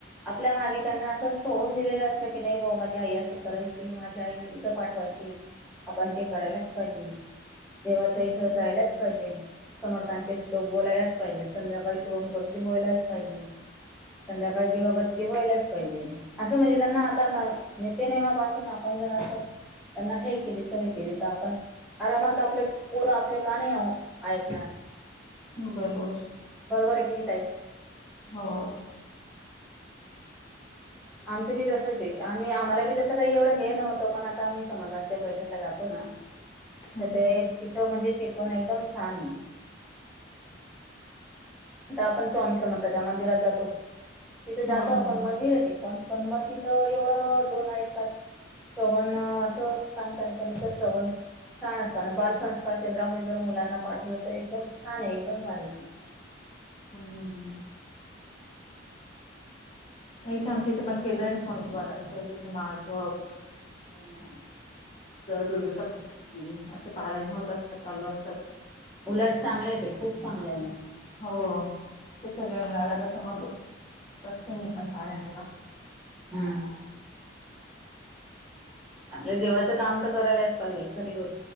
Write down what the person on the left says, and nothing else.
हम्म,
बरोबर
हो.
हम्म
हम्म
हम्म
ह हुं. इथे आमच्या इथे पण केंद्र आहे ना, स्वामी समर्थानचं तिथे माळजप
दुर्ग सप्तसाठी असे पारायण होत असतात. चालू असतात.
हो जस वेळ मिळाला तस मग बसते मी पण पारायणाला.